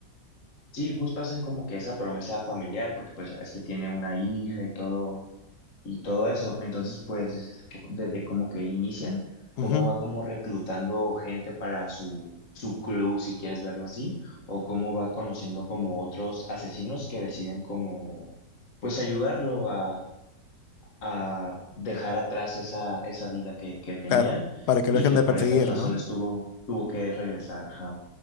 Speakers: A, on the left; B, on the left.
A: sí, justo hacen como que esa promesa familiar, porque pues ya ves que tiene una hija y todo, y todo eso. Entonces, pues, es- desde como que inician, cómo
B: Ujú,
A: va como reclutando gente para su, su crew, si quieres verlo así, o cómo va conociendo como otros asesinos que deciden como, pues, ayudarlo a, a dejar atrás esa, esa vida que, que tenía
B: claro, para que
A: y
B: lo dejen
A: que
B: de
A: por
B: perseguir,
A: esas razones
B: ¿no?
A: tuvo, tuvo que regresar. Ajá.